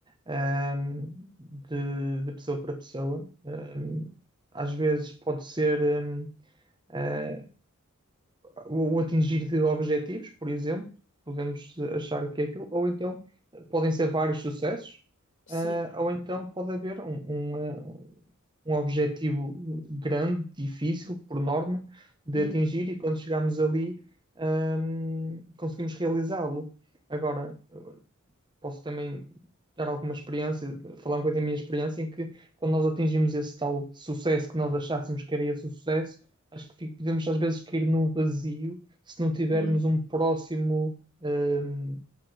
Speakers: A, on the right; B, on the left.
A: hum, de, de pessoa para pessoa. Hum, às vezes pode ser hum, eh, o, atingir de objetivos, por exemplo, podemos achar que é aquilo, ou então eh, podem ser vários sucessos,
B: sim.
A: ah, ou então pode haver um, um, eh, um objetivo grande, difícil, por norma, de
B: Uhum,
A: atingir e quando chegamos ali, ahm, conseguimos realizá-lo. Agora, posso também dar alguma experiência, falar um bocadinho da minha experiência, em que quando nós atingimos esse tal sucesso que nós achássemos que era esse o sucesso, acho que fi- podemos às vezes cair num vazio se não tivermos
B: uhum,
A: um próximo hum,